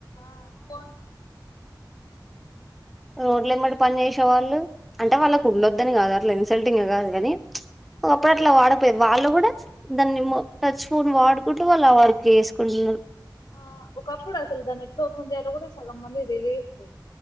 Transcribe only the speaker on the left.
ఆ కోన్
ఆ ఒకప్పుడు అసలు దాన్ని ఎట్లా ఓపెన్ చేయాలో కూడా సగం మంది తెలీదు